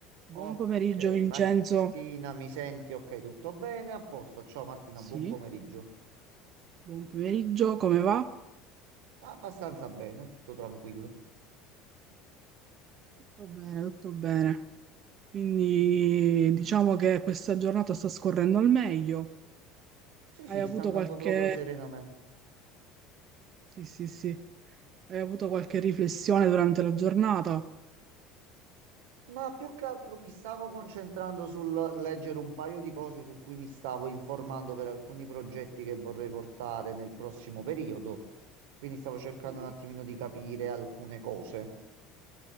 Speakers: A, on the right; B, on the right.
A: Buon
B: Ok,
A: pomeriggio Vincenzo.
B: Martina, mi senti? Ok, tutto bene? A posto. Ciao Martina,
A: Sì,
B: buon pomeriggio.
A: buon pomeriggio, come va?
B: Abbastanza bene, tutto tranquillo.
A: Tutto bene, tutto bene. Quindi diciamo che questa giornata sta scorrendo al meglio.
B: Sì, sì,
A: Hai avuto
B: sta andando
A: qualche...
B: proprio serenamente.
A: Sì, sì, sì. Hai avuto qualche riflessione durante la giornata?
B: Ma più che altro mi stavo concentrando sul leggere un paio di cose su cui mi stavo informando per alcuni progetti che vorrei portare nel prossimo periodo. Quindi stavo cercando
A: Mhm.
B: un attimino di capire alcune cose.